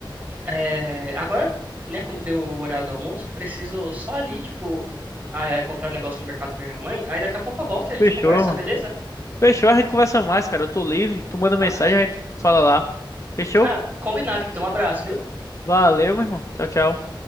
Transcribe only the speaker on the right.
é, agora, né, como deu o horário do almoço, eu preciso só ali, tipo, ah, é, comprar um negócio no mercado pra minha mãe. Aí daqui a pouco eu volto e a gente
conversa,
beleza?
Ah,
Ah, combinado, então. Abraço, viu?